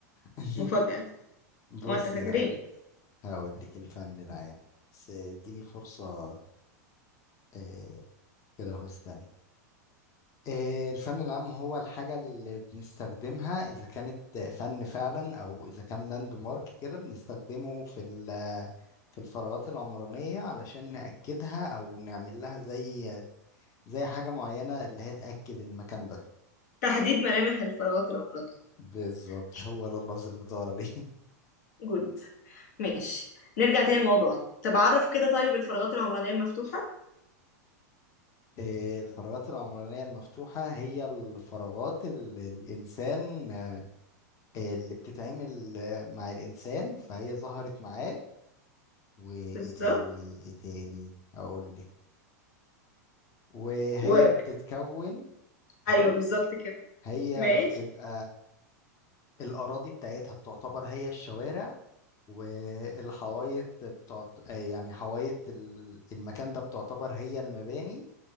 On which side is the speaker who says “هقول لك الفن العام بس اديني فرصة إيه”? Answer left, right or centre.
Left